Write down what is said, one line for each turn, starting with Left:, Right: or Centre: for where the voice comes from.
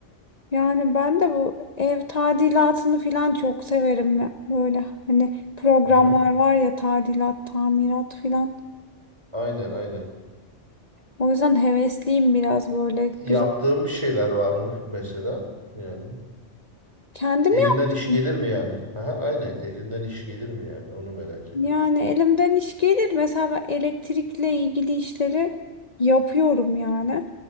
Left: Yani ben de bu ev tadilatını falan çok severim ya. Böyle hani programlar
Right: Aha,
Left: var ya tadilat, tamirat falan.
Right: aynen aynen.
Left: O yüzden hevesliyim biraz böyle güzel.
Right: Yaptığım bir şeyler var mı mesela? Yani
Left: Kendim
Right: elinden
Left: yaptım.
Right: iş gelir mi yani? Aha, aynen elinden iş gelir mi yani? Onu merak ediyorum.
Left: Yani elimden iş gelir. Mesela ben elektrikle ilgili işleri yapıyorum yani.